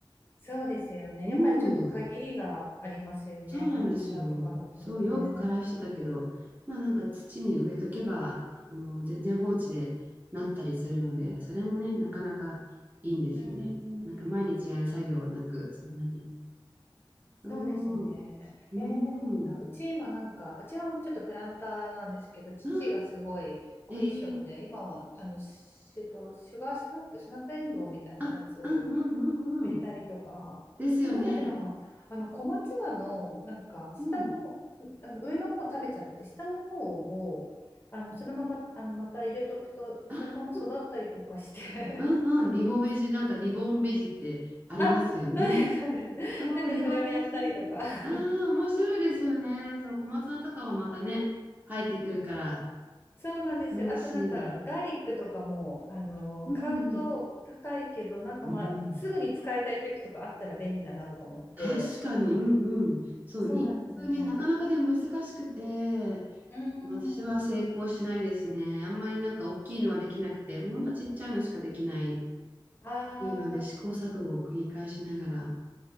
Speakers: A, on the left (about 25°); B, on the right (about 20°).
A: そうですよね。
B: うん。
A: やっぱりちょっと限りがありますよね。
B: そうなんですよ。
A: プランターとかだとね。
B: そう、よく枯らしてたけど、まあなんか土に植えとけば、あの、全然放置でなったりするので、それもね、なかなかいいんですよね。
A: うんうんうん。
B: なんか毎日やる作業はなく、そんなに。そう、
A: そうですね。
B: うーん。
A: えー、いいな。うち今なんか、うちはちょっとプランターなんですけど、父がすごい凝り性で、
B: あ、えー、
A: 今はあの、しえっと、シュガースナップ、スナップエンドウみたいなやつを
B: あ、うんうんうんうん。
A: 植えたりとか、
B: ですよね。
A: あとなんだっけな、あの小松菜のなんか下の、
B: うん。
A: あの上の方を食べちゃって、下の方をあのそのままあのまた入れとくと、
B: あ、
A: そのまま育ったりとかして
B: うんうん。リボベジ、なんかリボンベジってありますよね。
A: <laughs> あ、そうですそうです。
B: そう、
A: なんかそれをやったりとか。
B: リボベジ。ああ、
A: <laughs>
B: 面白いですよね。そう、小松菜とかはまたね、生えてくるから、
A: そうなんですよ。
B: 楽しい。
A: あとなんかガーリックとかも、あの買うと高いけど、
B: うんうん
A: なんかまあすぐに使いたい時とかあったら便利だなとか思って。
B: うん。うん、確かに、うんうん。そう、
A: そうなんですよ。
B: ニンニクね、なかなかで難しくて、
A: うーん。
B: 私は成功しないですね。あんまりなんか大きいのはできなくて、ほんとちっちゃいのしかできないっ
A: あ
B: ていうので、
A: あ。
B: 試行錯誤を繰り返しながら